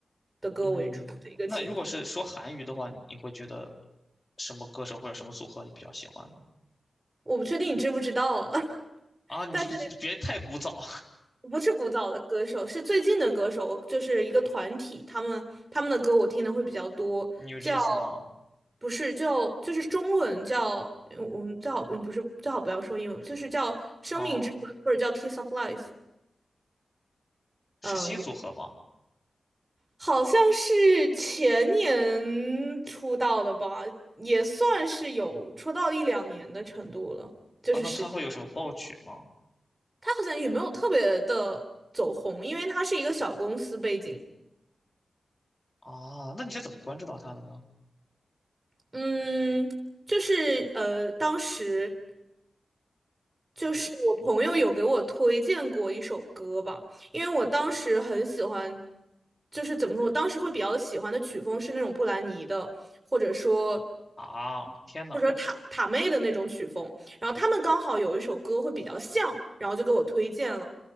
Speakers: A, on the right; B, on the left.
A: 的歌为主的一个情况。
B: 嗯，那如果是说韩语的话，你会觉得什么歌手或者什么组合你比较喜欢呢？
A: 我不确定你知不知道啊，<laughs>
B: 啊，你别太古早
A: 但是。不是古早的歌手，是最近的歌手，我就是一个团体，他们他们的歌我听的会比较多，
B: 你有 w
A: 叫
B: j e n s <laughs> 吗？
A: 不是叫就是中文叫嗯我们最好嗯不是最好不要说英文，就是叫《生命之吻》或者叫《Kiss
B: 哦，
A: of Life》，
B: 是新组合吗？
A: 嗯，好像是前年出道的吧，也算是有出道一两年的程度了，就是时间，
B: 啊，那他会有什么爆曲吗？
A: 他好像也没有特别的走红，因为他是一个小公司背景。
B: 啊，那你是怎么关注到他的呢？
A: 嗯，就是呃，当时就是我朋友有给我推荐过一首歌吧，因为我当时很喜欢，就是怎么说，我当时会比较喜欢的曲风是那种布兰妮的，或者说。
B: 啊，天呐，
A: 或者塔塔妹的那种曲风，然后他们刚好有一首歌会比较像，然后就给我推荐了。